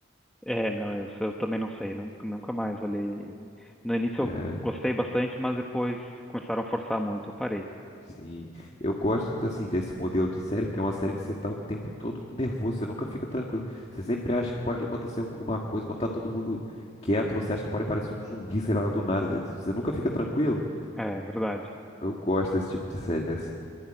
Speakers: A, in the centre; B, on the left.
A: É, não, eu, eu também não sei. Nunca, nunca mais olhei. No início
B: É,
A: eu gostei bastante, mas depois começaram a forçar muito. Eu parei.
B: Sim, eu gosto assim desse modelo de série, porque é uma série que você tá o tempo todo nervoso, você nunca fica tranquilo. Você sempre acha que pode acontecer alguma coisa, quando tá todo mundo quieto, você acha que pode aparecer um zumbi, sei lá, do nada. Você nunca fica tranquilo.
A: É verdade.
B: Eu gosto desse tipo de série assim.